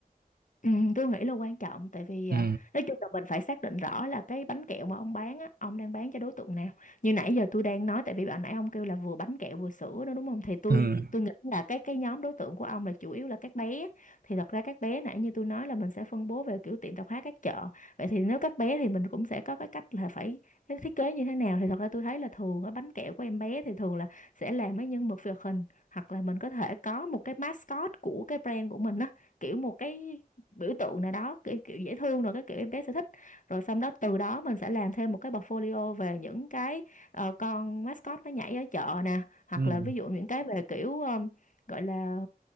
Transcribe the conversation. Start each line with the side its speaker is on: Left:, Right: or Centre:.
Left: Ừ, tôi nghĩ là quan trọng tại vì
Right: Ừ,
Left: ờ, nói chung là mình phải xác định rõ là cái bánh kẹo mà ông bán á, ông đang bán cho đối tượng nào. Như nãy giờ tôi đang nói tại vì bạn nãy ông kêu là vừa bánh kẹo vừa sữa đó đúng không? Thì tôi
Right: ừ,
Left: tôi nghĩ là cái cái nhóm đối tượng của ông là chủ yếu là các bé. Thì thật ra các bé nãy như tôi nói là mình sẽ phân bố về kiểu tiệm tạp hóa các chợ. Vậy thì nếu các bé thì mình cũng sẽ có cái cách là phải cái thiết kế như thế nào thì thật ra tôi thấy là thường ở bánh kẹo của em bé thì thường là sẽ làm mấy nhân vật hoạt hình hoặc là mình có thể có một cái mascot của cái brand của mình á kiểu một cái biểu tượng nào đó cái kiểu dễ thương rồi cái kiểu em bé sẽ thích rồi xong đó từ đó mình sẽ làm thêm một cái portfolio về những cái ờ, con mascot nó nhảy ở chợ nè hoặc
Right: ừ,
Left: là ví dụ những cái về kiểu um, gọi là